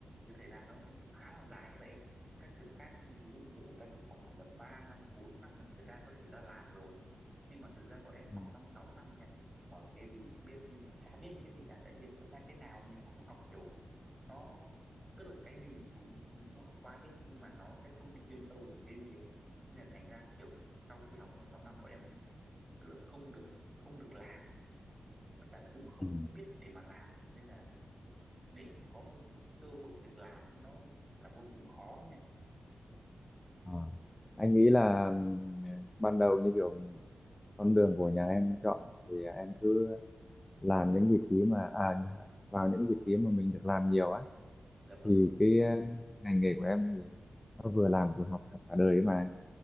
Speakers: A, on the right; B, on the left.
A: cái thời gian nó khá là dài như vậy ấy. các trường khác ví dụ như kiểu người ta chỉ học khoảng tầm 3 năm 4 năm là người ta có thể ra làm rồi nhưng mà thực ra bọn em học
B: Ừ.
A: trong 6 năm nha bảo là cái gì cũng biết nhưng mà chả biết một cái gì cả tại vì là thật ra cái nào mình cũng học kiểu nó tức là cái gì mình cũng mình cũng học qua hết nhưng mà nó sẽ không đi chuyên sâu về một cái gì ấy nên là thành ra kiểu sau khi học trong 6 năm bọn em tức là không được không được làm với cả là cũng không
B: Ừ.
A: biết để mà làm nên là để mà có mấy cơ hội việc làm ấy, nó là vô cùng khó nha
B: Ờ, anh nghĩ là ừm, ban đầu như kiểu con đường của nhà em chọn thì em cứ làm những vị trí mà à, vào những vị trí mà mình được làm nhiều á
A: dạ vâng
B: thì
A: ạ.
B: cái ờ, ngành nghề của em thì nó vừa làm vừa học học cả đời ấy mà